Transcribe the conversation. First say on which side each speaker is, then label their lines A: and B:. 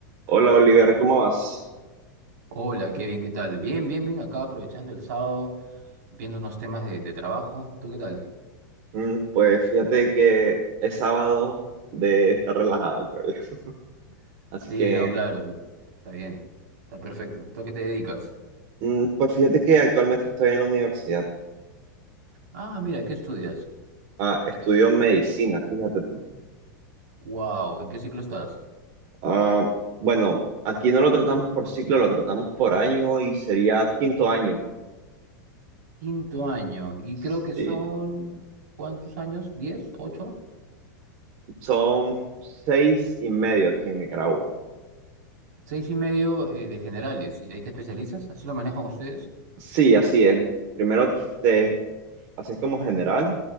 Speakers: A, on the right; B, on the right.
A: Hola Oliver, ¿cómo vas?
B: Hola, Kevin, ¿qué tal? Bien, bien, bien, acá aprovechando el sábado, viendo unos temas de, de trabajo. ¿Tú qué tal?
A: Mm, Pues fíjate que es sábado de estar relajado, creo yo. Así
B: Sí,
A: que,
B: no, claro, está bien, está perfecto. ¿Tú a qué te dedicas?
A: mm, pues fíjate que actualmente estoy en la universidad.
B: Ah, mira, ¿qué estudias?
A: Ah, estudio medicina, fíjate tú.
B: Wow, ¿en qué ciclo estás?
A: Ah, bueno, aquí no lo tratamos por ciclo, lo tratamos por año y sería quinto año.
B: Quinto año, y
A: Sí,
B: creo que son, ¿cuántos años? ¿Diez? ¿Ocho?
A: son seis y medio aquí en Nicaragua.
B: Seis y medio eh, de generales, y de ahí te especializas, ¿así lo manejan ustedes?
A: Sí, así es. Primero te haces como general.